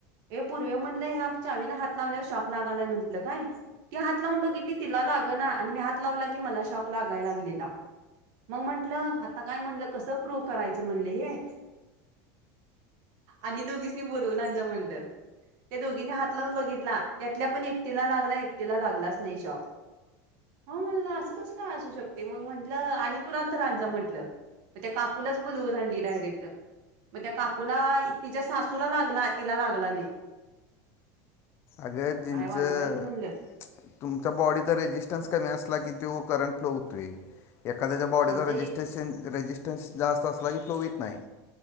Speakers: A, on the right; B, on the left.
A: हे पूर्वे म्हणले ह्या चावीला हात लावल्यावर शॉक लागालाय म्हटलं काय ती हात लावून बघितली तिला लागना आणि मी हात लावला की मला शॉक लागाय लागलेला मंग म्हंटलं आता काय म्हटलं कसं प्रूव करायचं म्हणलं हे आणि दोघीसनी बोलवून आण जा म्हणलं त्या दोघीनी हात लावून बघितला त्यातल्या पण एकटीला लागला एकटीला लागलाच नाही शॉक हो म्हणलं असं कस काय असू शकते मग म्हटलं आणि कुणाल तर आण जा म्हटलं म त्या काकूलाच बोलवून आणली डायरेक्ट म त्या काकूला तिच्या सासूला लागला तिला लागला नाही.
B: अग
A: तर
B: जींचं
A: काय वाजवायचं म्हणलं
B: तुमचा बॉडीत रेजिस्टन्स कमी असला की तो करंट फ्लो होतोय. एखाद्याच्या बॉडीचा
A: आमचा
B: रेजिस्ट्रेशन रेजिस्टन्स जास्त असला की फ्लो येत नाय